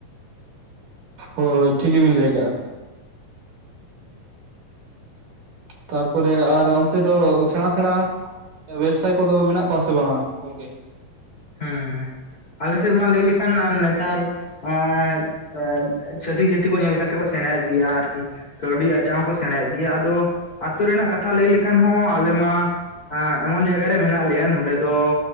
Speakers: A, on the right; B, on the left.
A: ᱦᱳᱭ ᱦᱳᱭ ᱴᱷᱤᱠ ᱜᱮᱵᱤᱱ ᱞᱟᱹᱭ ᱠᱟᱜᱼᱟ ᱛᱟᱨᱯᱚᱨᱮ ᱟᱨ ᱚᱱᱛᱮ ᱫᱚ ᱥᱮᱬᱟ ᱥᱮᱬᱟ ᱵᱮᱵᱽᱥᱟᱭᱤ ᱠᱚᱫᱚ ᱢᱮᱱᱟᱜ ᱠᱚᱣᱟ ᱥᱮ ᱵᱟᱝᱟ ᱜᱚᱝᱠᱮ?
B: ᱦᱮᱸ ᱟᱞᱮ ᱥᱮᱫ ᱢᱟ ᱞᱟᱹᱭ ᱞᱮᱠᱷᱟᱱ ᱱᱮᱛᱟᱨ ᱮᱸᱫ ᱮ ᱪᱷᱟᱹᱛᱤᱠ ᱡᱟᱹᱛᱤ ᱠᱚ ᱧᱮᱞ ᱠᱟᱛᱮᱫ ᱠᱚ ᱥᱮᱬᱟᱭᱮᱫ ᱜᱮᱭᱟ ᱟᱨᱠᱤ ᱠᱟᱹᱣᱰᱤ ᱟᱨᱟᱣ ᱦᱚᱸᱠᱚ ᱥᱮᱬᱟᱭᱮᱫ ᱜᱮᱭᱟ, ᱟᱫᱚ ᱟᱹᱛᱩ ᱨᱮᱱᱟᱜ ᱠᱟᱛᱷᱟ ᱞᱟᱹᱭ ᱞᱮᱠᱷᱟᱱ ᱦᱚᱸ ᱟᱞᱮ ᱢᱟ ᱮᱫ ᱮᱢᱚᱱ ᱡᱟᱭᱜᱟ ᱨᱮ ᱢᱮᱱᱟᱜ ᱞᱮᱭᱟ ᱱᱚᱰᱮ ᱫᱚ